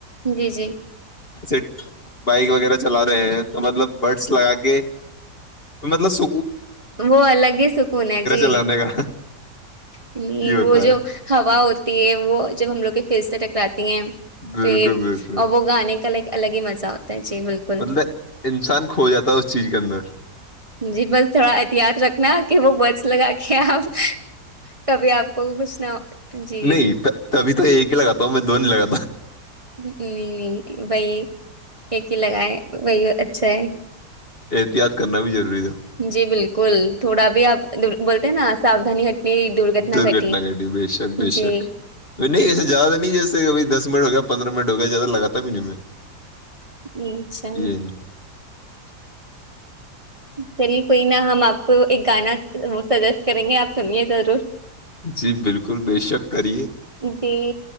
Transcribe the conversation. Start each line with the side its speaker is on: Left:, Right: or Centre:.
Right: جی جی
Left: جے بائک وغیرہ چلا رہے ہیں تو مطلب بڈس لگا کے مطلب س
Right: وہ الگ ہی سکون ہے جی
Left: چلانے کا
Right: نہیں
Left: یہ ہوتا
Right: وہ جو
Left: ہے
Right: ہوا ہوتی ہے وہ جب ہم لوگ کے پھر سے ٹکراتی ہیں
Left: بالکل
Right: پھر
Left: بالکل
Right: اور وہ گانے کا لائک الگ ہی مزہ ہوتا ہے جی بالکل
Left: مطلب انسان کھو جاتا ہے اس چیز کے اندر
Right: جی بس تھوڑا احتیاط رکھنا کہ وہ بڈس لگا کے آپ کبھی آپ کو کچھ نہ جی
Left: نہیں تبھی تو ایک ہی لاتا ہوں میں دو نہیں لگا
Right: نہیں نہیں بی ایک ہی لگائے وہی اچھا ہے
Left: احتیاط کرنا بھی ضروری ہے
Right: جی بالکل تھوڑا بھی آپ بولتے ہیں نا ساودھانی گھٹنی
Left: درگھٹنا
Right: گھٹی
Left: گٹی بے شک بے
Right: جی
Left: شک نہیں ایسے زیادہ نہیں جیس <inaudible> دس منٹ ہو گیا پندرہ منٹ ہو گیا زیادہ لگا ہے بھی نہیں میں
Right: اچھا
Left: یہ <inaudible>
Right: چلیے کوئی نا ہم آپ کو ایک گانا سجیسٹ کریں گے آپ سنیے ضرور
Left: جی بالکل بے شک کریے
Right: جی